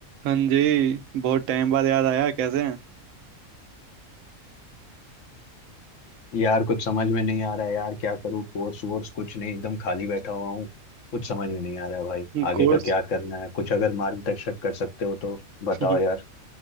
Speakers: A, on the right; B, on the left.
A: हाँ जी बहुत टाइम बाद याद आया कैसे
B: यार कुछ समझ में नहीं आ रहा है यार क्या करूँ कोर्स वोर्स कुछ नहीं एकदम खाली बैठा हुआ हूँ कुछ समझ में नहीं आ रहा है भाई
A: हैं
B: आगे
A: कोर्स
B: का क्या करना है कुछ अगर मार्गदर्शक कर सकते हो तो
A: <laughs>
B: बताओ यार